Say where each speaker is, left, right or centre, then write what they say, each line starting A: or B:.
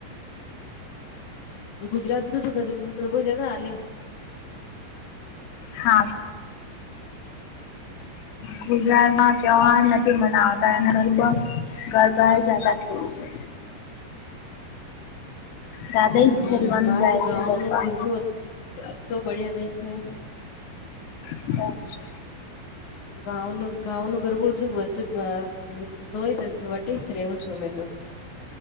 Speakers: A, on the left; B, on the left.
A: ગુજરાત ન તો ગરબો છે ત હાલે.
B: હા ગુજરાતમાં તહેવાર નથી મનાવતારા ગરબા એ જતા ખડ છે.
A: <inaudible>
B: દાદા જ
A: હમ
B: ખેલવાનું
A: મારે
B: જાય
A: તો ગાંવ
B: છે ગરબા
A: નું ગરબું અટોલો બડીયા આવે છે.
B: છે.
A: ગનું ગાંનું ગરબુંતરું નય વ જ રવું છું. તો